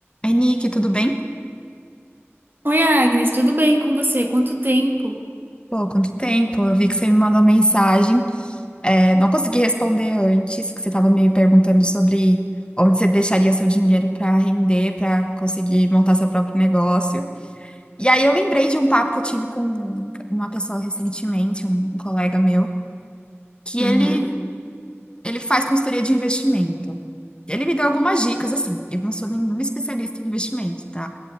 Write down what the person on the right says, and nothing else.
Oi, Agnes, tudo bem com você? Quanto tempo?
Uhum.